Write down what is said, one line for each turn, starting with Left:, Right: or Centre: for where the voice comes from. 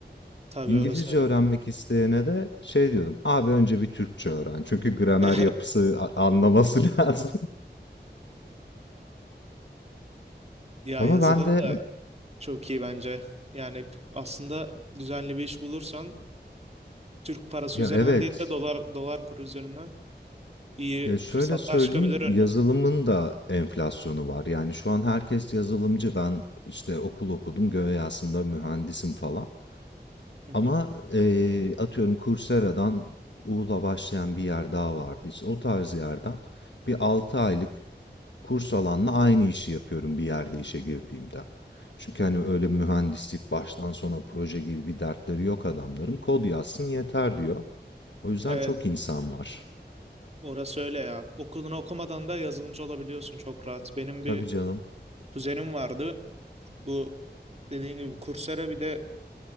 Right: tabii
Left: İngilizce
Right: orası öyle.
Left: öğrenmek isteyene de şey diyordum. Abi önce bir Türkçe öğren. Çünkü gramer
Right: <laughs>
Left: yapısı a- anlaması <laughs> lazım.
Right: Ya
Left: Ama
Right: yazılım
Left: ben de
Right: da çok iyi bence. Yani aslında düzenli bir iş bulursan Türk parası
Left: ya
Right: üzerinden
Left: evet
Right: değil de dolar dolar kuru üzerinden iyi
Left: ya şöyle
Right: fırsatlar
Left: söyleyeyim
Right: çıkabilir önüne.
Left: yazılımın da enflasyonu var. Yani şu an herkes yazılımcı. Ben işte okul okudum. Göğe aslında mühendisim falan.
Right: Hı
Left: Ama,
Right: hı.
Left: eee, atıyorum Coursera'dan U'la başlayan bir yer daha vardı. İşte o tarz yerden bir 6 aylık kurs alanla aynı işi yapıyorum bir yerde işe girdiğimde. Çünkü hani öyle mühendislik baştan sona proje gibi bir dertleri yok adamların. Kod yazsın yeter diyor. O yüzden
Right: Evet,
Left: çok insan var.
Right: orası öyle ya. Okulunu okumadan da yazılımcı olabiliyorsun çok rahat. Benim
Left: Tabii
Right: bir
Left: canım.
Right: kuzenim vardı. Bu dediğin gibi Coursera bir de